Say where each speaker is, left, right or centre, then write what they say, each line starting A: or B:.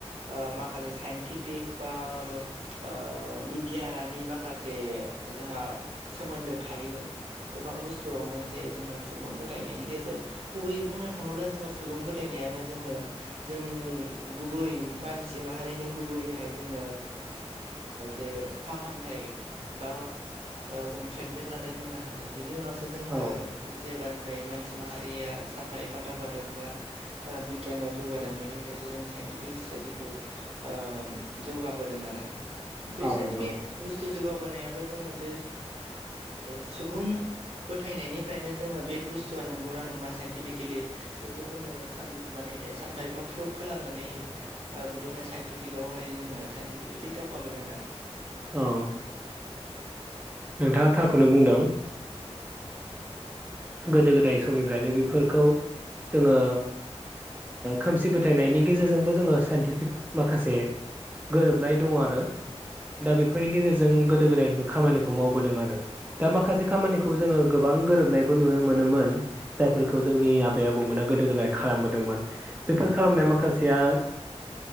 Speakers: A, on the right; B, on the right.
A: ओ माखासे साइन्टिफिक बा माबो ओ बिगियानारि माखा से जोंहा सोमोन्दो थायो। गोबां बुस्थुआवनो जे जोङो सुबुं फोथायनायनि गेजेर गुबैयै बुंनो थाङोब्ला जोङो सुबुं फोथायनायानो जोङो जोंनि गुबै मानसि माहारिनि गुबैहाय ओ जोङो जे फाहामथाय बा जों ट्रिटमेन्ट लानाय बुंनो हागोन बेनि उनावसो जोङो
B: औ
A: जेनेखि ओमफ्राय मानसि माहारिया सानफा एफा दावगादोंबा बिगियाना जौगादों बेनिफ्रायसो जोङो साइन्टिफिक स्टाडिखौ ओ जौगाबोदों आरो। बे
B: औ
A: साइटिफिक
B: नंगौ
A: बुस्थु जौगाबोनायाबो जोङो बेओ सुबुं फोथायनायनिफ्रायनो जोङो बे बुस्थुआ नंगौ ना नङा सो साइनफिकेलि बेखौ जोङो सान माने सानफा एफा प्रुफा खालामनानै बिदिनो साइनटिफिकआवहाय जोङो साइनटिफिकेलि दावगाबोदों आरो।
B: औ। नोंथाङा थारखौनो बुंदों। गोदो गोदाय समनिफ्रायनो बेफोरखौ जोङो खोमसि सि फोथायनायनि गेजेरजोंबो जोङो साइन्टिफिक माखासे ओ गोरोबनाय दङ आरो। दा बेफोरनि गेजेरजों गोदो गोदायनिफ्राय खामानिखौ मावबोदों आरो। दा माखासे खामानिखौ जोङो गोबां गोरोबनायबो नुनो मोनोमोनो। जायफोरखौ जोंनि आबै आबौमोना गोदो गोदाय खालामबोदोंमोन आ बेफोर खालामनाय माखासेआ